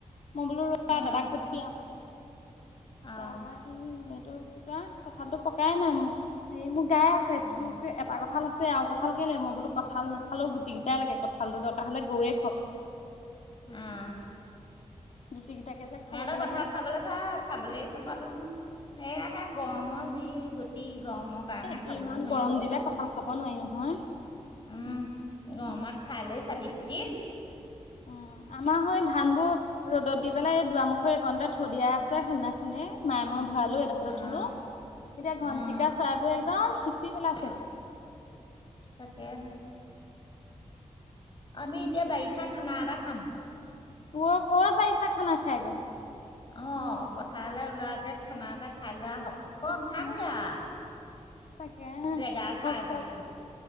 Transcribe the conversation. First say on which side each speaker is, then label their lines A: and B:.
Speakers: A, on the left; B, on the left.
A: মই বোলো ৰবা
B: উম,
A: দাদাক পঠিয়াম
B: অ',
A: তাৰপৰা সি টো কি কয় কঁঠালটো পকাই নাই মোৰ হেৰি মোৰ গাই আছে
B: উম,
A: <unintelligible> এটা কঠাল আছে। আৰু কঁঠাল কেলে মই বোলো কঁঠাল নাখালেও গুটি গিতায়ে লাগে কঁঠালটো দৰকাৰ হ'লে গৰুৱে খাওঁক।
B: <unintelligible>
A: গুটি কেইটাকে যে খাবলে
B: সিহঁতৰ কঠাল
A: লাগে
B: খাবলৈ ভাল খাবলৈ নাপালো মই সেয়াহে গৰমৰ
A: অ
B: যি গতি গৰমৰ কাৰণে
A: এ
B: খাবও
A: ইমান
B: নোৱাৰি
A: গৰম
B: অ',
A: দিলে কঁঠাল খাব নোৱাৰি নহয়।
B: উম গমাৰ খালৈ চাতি পুতি
A: অ'। আমাৰ হয় ধান বোৰ ৰ'দত দি পেলাই এই দুৱাৰ মুখত একণতে থৈ দিয়া আছে সিদিনাখনে <unintelligible> মই ঘোৱালো এডোখৰতে
B: অ',
A: থলো এতিয়া ঘনচিকা
B: অ',
A: চৰাইবোৰে একদম পেলাইছে
B: <unintelligible> তাকেহে। আমি এতিয়া বাৰিষা খানা এটা খাম।
A: ও, ক'ত বাৰিষা খানা খাইগে?
B: অ' পথাৰলৈ ওলোৱাকে খানা এটা খাই লোৱা আহক <unintelligible> খামগে
A: উম তাকে
B: জেগা
A: খক
B: চাই
A: খক
B: পেলাই।